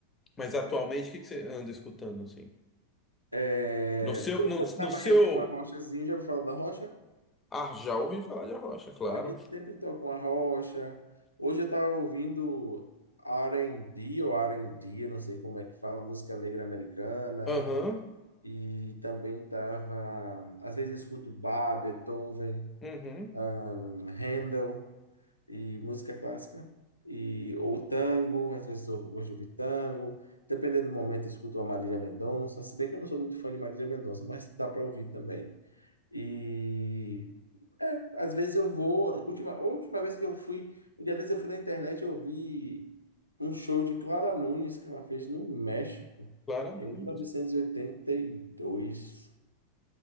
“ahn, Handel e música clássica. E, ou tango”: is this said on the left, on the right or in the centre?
Left